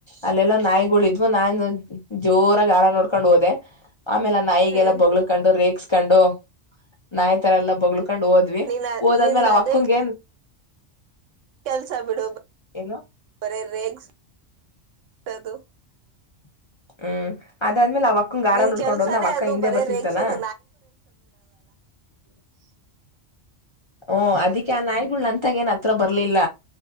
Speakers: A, on the left; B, on the right.
A: ಅಲ್ಲೆಲ್ಲಾ ನಾಯಿಗಳಿದ್ವು ನಾನ್ ಜೋರಾಗಿ ಆಾರ ನೋಡ್ಕೊಂಡ್ ಹೋದೆ ಆಮೇಲೆ ನಾಯಿಗೆಲ್ಲಾ
B: ಹ್ಮ್
A: ಬಳ್ಕೊಂಡು ರೇಕ್ಸ್ಕೊಂಡು ನಾಯಿ ತರ ಎಲ್ಲಾ ಬಳ್ಕು ಕಕೊಂಡ್ ಹೋದ್ವಿ
B: ನೀನ್
A: ಓದಾದ್ಮೇಲೆ
B: ನಿಂದ
A: ಅವ
B: ಅದೇ
A: ಅಕ್ಕಂಗ ಏನ್
B: ಕೆಲ್ಸ ಬಿಡು
A: ಏನು
B: ಬರೇ ರೇಗ್ದು
A: <inaudible> ಹ್ಮ್ ಅದಾದ್ಮೇಲೆ ಅವ ಅಕ್ಕಂಗ ಗಾರ
B: ನಿನ್
A: ಉಡ್ಕೊಂಡ್
B: ಕೆಲ್ಸಾನೇ
A: ಹೋದ್ನ ಅವ್ ಅಕ್ಕ
B: ಅದು
A: ಹಿಂದೆ
B: ಬರೇ
A: ಬರ್ತಿತ್ತಲ್ಲ
B: ರೇಗ್ಸೋದು ಹ
A: ಓ ಅದಿಕ್ಕೆ ಆ ನಾಯಿಗಳ ಅಂತಾಗ ಏನ ತ್ರ ಬರ್ಲಿಲ್ಲ